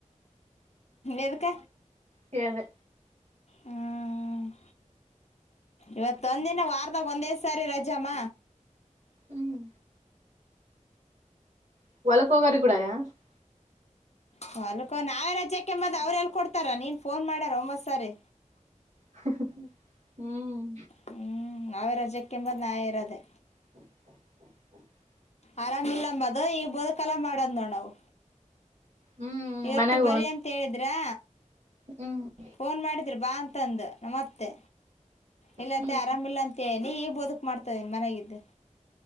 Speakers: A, on the left (about 55°); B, on the right (about 55°).
A: ಎದಕ್ಕ.
B: ಕೇಳ್ದೆ.
A: ಹ್ಮ ಇವತ್ತೊಂದಿನ ವಾರದಾಗ ಒಂದೇ ಸಾರಿ ರಜಮ್ಮ.
B: ಹ್ಮ್. <unintelligible>
A: ಹೊಲ್ಕ ನಾವೇ ರಜೆಕ್ಕೆಂಬದ ಅವ್ರ ಎಲ್ಲಿ ಕೊಡ್ತಾರ ನೀನು ಫೋನ್ ಮಾಡ್ಯಾರ ಒಂಬತ್ ಸರಿ.
B: ಹ್ಮ್.
A: ಹ್ಮ್ ನಾವೇ ರಜ್ಯಕ್ಕೆಂಬದ ನಾವೇ ಇರದೆೇ.
B: <inaudible>
A: ಆರಾಮಿಲ್ಲ ಅಂಬದ ಈ ಬದಕಲ ಮಾಡದ್ ನೋಡ್ ನಾವ್
B: ಹ್ಮ್
A: ಇವತ್ತು
B: ಮನ್ಯಾಗ
A: ಬರಿ ಅಂ ತೇಳಿದ್ರಾ.
B: ಹ್ಮ್.
A: ಫೋನ್ ಮಾಡಿದ್ರ ಬಾ ಅಂತಂದ ಮತ್ತೆ ಇಲ್ಲ
B: ಹ್ಮ್
A: ಅತ್ತಿ ಆರಾಮಿಲ್ಲ. ಅಂ ತೇನಿ ಈಗ್ ಬದಕ್ ಮಾಡ್ತ ಮನೆಗ ಇದ್ದ.